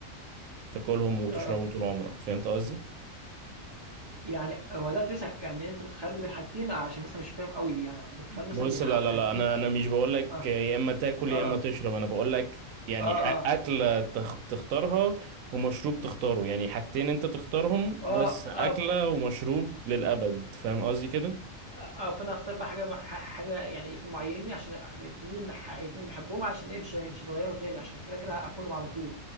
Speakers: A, on the right (about 85°); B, on the right (about 35°).
A: تاكلهم وتشربهم
B: آه، آه.
A: طول عمرك فهمت قصدي
B: يعني هو ده تسع يعني أنت بتخيّرني بين حاجتين عشان بس مش فاهم أوي، يعني بتخيّرني مثلًا
A: بص
B: بين
A: لا
B: ح
A: لا
B: حاجتين
A: لا انا انا مش بقول لك
B: آه،
A: يا اما تاكل
B: آه،
A: يا اما تشرب انا بقول لك يعني
B: آه،
A: ح-
B: آه،
A: اكله تخ- تختارها ومشروب تختاره يعني حاجتين انت تختارهم
B: آه،
A: بس
B: آه،
A: اكله
B: آه، ف
A: ومشروب للابد فاهم قصدي كده
B: آه، آه، فأنا هاختار بقى حاجة مع ح حاجة يعني ات معيّنين عشان أبقى 2 ح 2 باحبهم عشان إيه مش مش هاغيّروا تاني عشان كده، كده هاكلهم على طول،